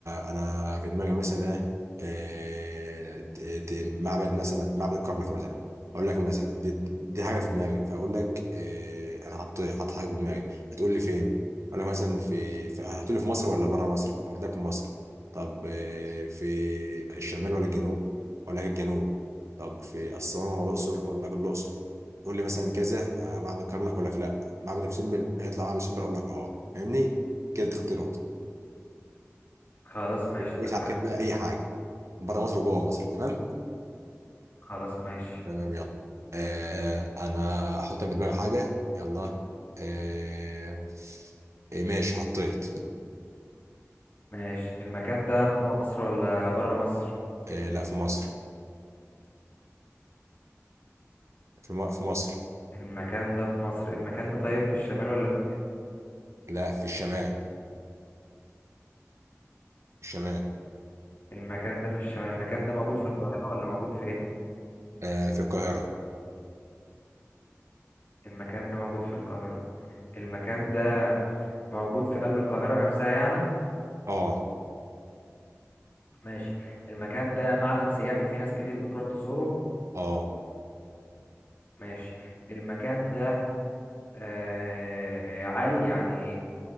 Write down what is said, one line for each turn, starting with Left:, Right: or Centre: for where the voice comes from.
Right: آه، انا في دماغي مثلا ايه آه، ت- ت- معبد مثلا معبد الكرنك مثلا اقول لك مثلا دي, دي دي حاجه في دماغي فاقول لك آه، انا حط حط حاجه في دماغي هتقول لي فين اقول لك مثلا في, في هتقول لي في مصر ولا بره مصر اقول لك في مصر طب آه، في الشمال ولا الجنوب اقول لك الجنوب طب في اسوان ولا الاقصر اقول لك الاقصر تقول لي مثلا كذا آه، معبد الكرنك اقول لك لا معبد ابو سمبل هيطلع معبد ابو سمبل اقول لك اه فاهمني كده تخطي نقطه
Left: خلاص ماشي
Right: كويس
Left: اتفقنا
Right: على كده بقى اي حاجه بره مصر وجوه مصر تمام
Left: خلاص ماشي
Right: تمام يلا آه انا احط في دماغي حاجه يلا آه آه، ماشي حطيت
Left: ماشي المكان ده في مصر ولا بره مصر
Right: آه لا في مصر في, م... في مصر
Left: المكان ده في مصر المكان ده طيب في الشمال ولا في
Right: لا في الشمال في الشمال
Left: المكان ده في الشمال المكان ده موجود في القاهره ولا موجود فين
Right: آه في القاهره
Left: المكان ده موجود في القاهره المكان ده موجود في قلب القاهره نفسها يعني
Right: اه
Left: ماشي المكان ده معلم سياحي في ناس كتير بتروح تزوره
Right: اه
Left: ماشي المكان ده آه عالي يعني